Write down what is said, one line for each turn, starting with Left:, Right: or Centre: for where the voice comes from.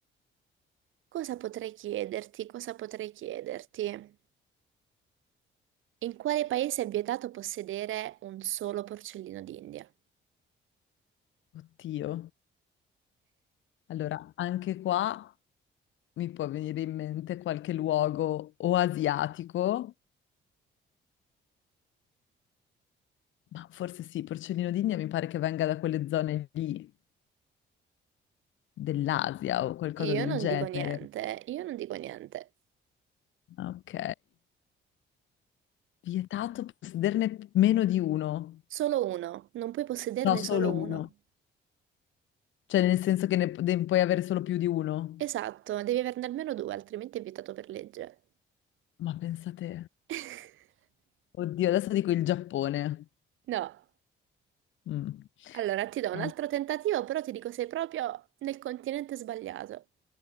Right: Cosa potrei chiederti? Cosa potrei chiederti? In quale paese è vietato possedere un solo porcellino d'India?
Left: Oddio. Allora, anche qua mi può venire in mente qualche luogo o asiatico, ma forse sì, Porcellino d'India mi pare che venga da quelle zone lì dell'Asia o qualcosa
Right: Io
Left: del
Right: non
Left: genere.
Right: dico niente, io non dico niente.
Left: Ok. Vietato possederne meno di uno?
Right: Solo uno, non puoi possederne
Left: No, solo
Right: solo
Left: uno.
Right: uno.
Left: Cioè, nel senso che ne, ne puoi avere solo più di uno?
Right: Esatto, devi averne almeno due, altrimenti è vietato per legge.
Left: Ma pensate,
Right: <laughs>
Left: oddio, adesso dico il Giappone.
Right: No,
Left: Mm.
Right: allora ti do un
Left: Al-
Right: altro tentativo, però ti dico sei proprio nel continente sbagliato.